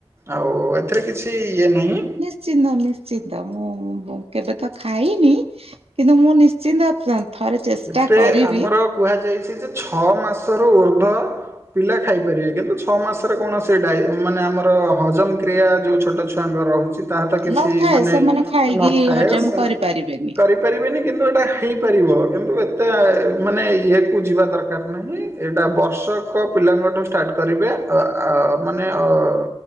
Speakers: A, on the right (about 25°); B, on the right (about 65°).
A: ଆଉ ଏଥିରେ କିଛି ଇଏ ନାହିଁ।
B: ନିଶ୍ଚିନ୍ତ, ନିଶ୍ଚିତ ମୁଁ-ମୁଁ-ମୁଁ କେବେ ତ ଖାଇନି। କିନ୍ତୁ ମୁଁ ନିଶ୍ଚିନ୍ତ ଥରେ ଚେଷ୍ଟା
A: ଏଥିରେ
B: କରିବି।
A: ଆମର କୁହାଯାଇଛି ଯେ ଛଅ ମାସରୁ ଉର୍ଦ୍ଧ୍ୱ ପିଲା ଖାଇପାରିବେ, କିନ୍ତୁ ଛଅ ମାସରେ କୌଣସି ଡାଇ ମାନେ ଆମର ହଜମ କ୍ରିୟା ଯୋଉ ଛୋଟ ଛୁ ଛୁଆଙ୍କ ରହୁଛି ତାହା ତ କିଛି
B: ନଥାଏ
A: ମାନେ
B: ସେମାନେ ଖାଇକି
A: ନଥାଏ
B: ହଜମ
A: ସେମ୍
B: କରିପାରିବେନି।
A: କରି ପାରିବେନି କିନ୍ତୁ ଏଇଟା ହେଇପାରିବ। କିନ୍ତୁ ଏତେ ମାନେ ଇଏକୁ ଯିବା ଦରକାର ନାହିଁ ଏଇଟା ବର୍ଷକ ପିଲାଙ୍କଠୁ ଷ୍ଟାର୍ଟ କରିବେ ଅ-ଆ ମାନେ ଅ-ଅ